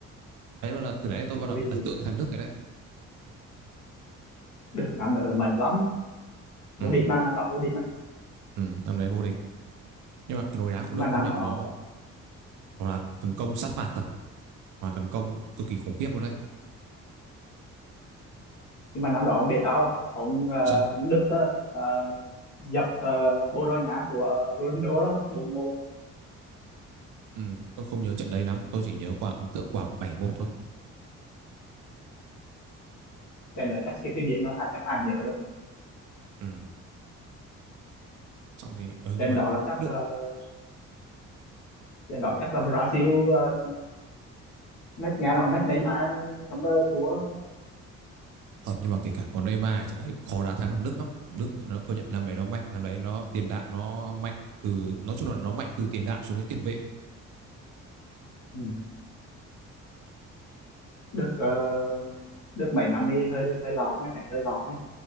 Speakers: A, on the right (about 80°); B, on the left (about 70°).
A: Đấy bắt đầu từ đấy tôi bắt
B: ui
A: đầu ấn tượng cái thằng Đức cái đấy.
B: Đức năm ở mạnh lắm vô
A: Ừ,
B: địch mà năm đó vô địch mà
A: ừ, năm đấy vô địch. Nhưng mà cái lối đá của
B: nhưng
A: Đức
B: mà năm
A: công nhận
B: đó
A: nó nó là tấn công sát phạt thật và tấn công cực kỳ khủng khiếp luôn đấy.
B: nhưng mà năm đó ông biết sao không? ông ờ,
A: Sao?
B: ông Đức đó là dập uh, Bồ Đào Nha của Ronaldo đó 4 một
A: Ừ, tôi không nhớ trận đấy lắm, tôi chỉ nhớ quả ấn tượng quả 7-1 thôi.
B: trận đó chắc siêu kinh điển đó à, chắc ai nhớ rồi
A: Ừ. Xong thì ừ, nhưng
B: trận
A: mà
B: đó là chắc
A: Đức
B: uh, trận đó chắc là Brazil ờ, match nghe nói match Neymar trong uh, thua
A: ờ, nhưng mà kể cả có Neymar thì trận đấy khó đá thắng thằng Đức lắm. Đức nó công nhận năm đấy nó mạnh, năm đấy nó tiền đạo nó mạnh từ nói chung là nó mạnh từ tiền đạo xuống đến tiền vệ
B: ừ. Đức ờ, Đức mấy năm đi hơi hơi lọ nha chạy hơi lọ nha